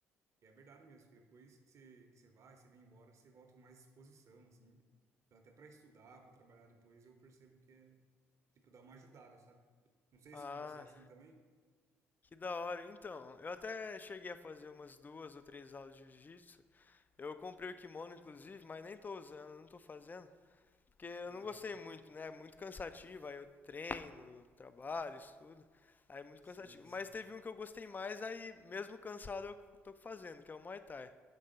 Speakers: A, on the right (about 40°); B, on the left (about 25°).
A: que é verdade mesmo, que depois que você, que você vai, você vem embora, você volta com mais disposição, assim. Então, até para estudar, para trabalhar depois, eu percebo que é, tipo, dá uma ajudada, sabe? Não sei
B: Ah,
A: se com você é assim também.
B: que da hora. Então, eu até cheguei a fazer umas duas ou três aulas de jiu-jitsu. Eu comprei o kimono, inclusive, mas nem tô usando, não tô fazendo. Porque eu
A: Aham.
B: não gostei muito, né? Muito cansativo, aí eu treino, trabalho, estudo. Aí é muito
A: Sim,
B: cansativo.
A: sim.
B: Mas teve um que eu gostei mais, aí mesmo cansado eu tô fazendo, que é o Muay Thai.